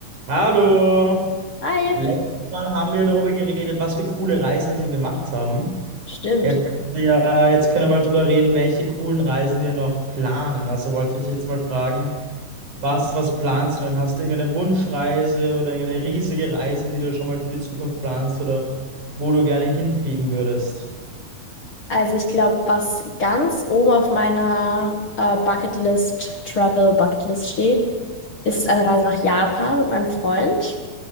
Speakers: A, on the right (about 60°); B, on the left (about 40°).
A: Hallo!
B: Hi,
A: Letztes Mal haben wir darüber geredet, was für coole Reisen wir schon gemacht haben.
B: stimmt.
A: Jetzt können wir ja, jetzt können wir mal drüber reden, welche coolen Reisen wir noch planen. Also wollte ich dich jetzt mal fragen, was, was planst du denn? Hast du irgendeine Wunschreise oder irgendeine riesige Reise, die du schon mal für die Zukunft planst oder wo du gerne hinfliegen würdest?
B: Also ich glaube, was ganz oben auf meiner äh, Bucketlist, Travel Bucketlist steht, ist eine Reise nach Japan mit meinem Freund.